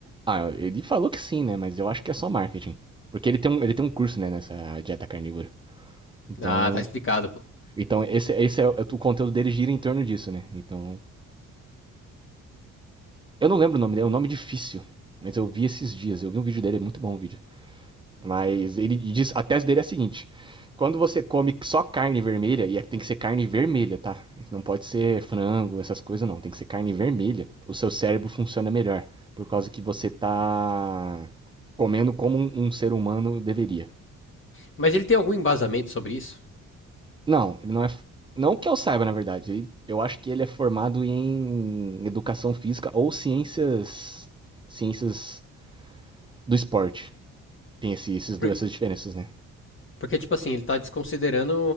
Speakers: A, on the right; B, on the left.
A: Ah, ele falou que sim, né? Mas eu acho que é só marketing. Porque ele tem um, ele tem um curso, né, nessa dieta carnívora. Então.
B: Ah, tá explicado, pô.
A: Então, esse, esse é o o conteúdo dele gira em torno disso, né? Então. Eu não lembro o nome dele, é um nome difícil. Mas eu vi esses dias, eu vi um vídeo dele, é muito bom o vídeo. Mas ele diz, a tese dele é a seguinte: quando você come só carne vermelha, e é tem que ser carne vermelha, tá? Não pode ser frango, essas coisas não, tem que ser carne vermelha. O seu cérebro funciona melhor, por causa que você tá comendo como um, um ser humano deveria.
B: Mas ele tem algum embasamento sobre isso?
A: Não, ele não é não que eu saiba, na verdade. Ele- Eu acho que ele é formado em educação física ou ciências ciências do esporte. Tem esse, esses,
B: Por-
A: dois- essas diferenças, né?
B: Porque, tipo assim, ele tá desconsiderando